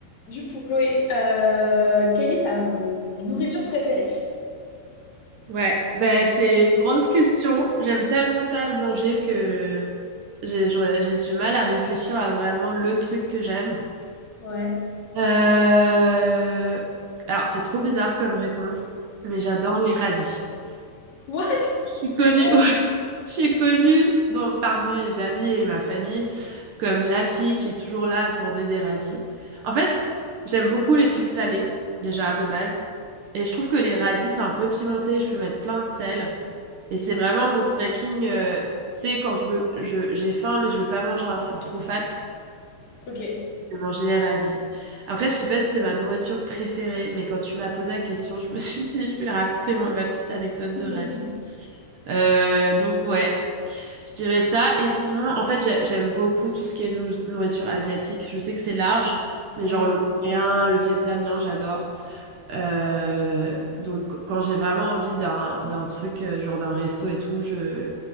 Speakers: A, on the left; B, on the right.
A: Du coup, Chloé, euh, quelle est ta hum, nourriture préférée?
B: Ouais, ben c'est une grosse question. J'aime tellement ça manger que j'ai j'aurais- j'ai du mal à réfléchir à vraiment le truc que j'aime.
A: Ouais.
B: Euh, Alors, c'est trop bizarre comme réponse, mais j'adore les radis.
A: What?
B: Je suis connue,
A: Les rêves?
B: <laughs> ouais, je suis connue dans, parmi mes amis et ma famille comme la fille qui est toujours là à demander des radis. En fait, j'aime beaucoup les trucs salés, déjà de base, et je trouve que les radis, c'est un peu pimenté, je peux mettre plein de sel. Et c'est vraiment mon snacking, euh, c'est quand je veux, je, j'ai faim, mais je veux pas manger un truc trop fat,
A: Ok.
B: je vais manger des radis. Après, je sais pas si c'est ma nourriture préférée, mais quand tu m'as posé la question, je me <laughs> suis dit, je vais raconter mon- ma petite anecdote
A: <laughs>
B: de radis. Euh, donc ouais, je dirais ça. Et sinon, en fait, j'ai- j'aime beaucoup tout ce qui est nou- nourriture asiatique. Je sais que c'est large, mais
A: Ouais.
B: genre le coréen, le vietnamien, j'adore. Euh, donc, quand j'ai vraiment envie d'un d'un truc, euh, genre d'un resto et tout, je,